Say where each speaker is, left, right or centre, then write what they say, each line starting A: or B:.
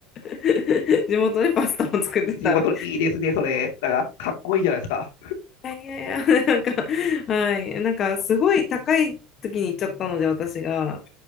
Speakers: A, on the left; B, on the left.
A: <laughs> 地元でパスタも作ってた。
B: 地元、
A: い
B: いいですね、それ。なんか、かっこいいじゃないですか。
A: やいやいや、なんか、はい。なんか、すごい高い時に行っちゃったので、私が、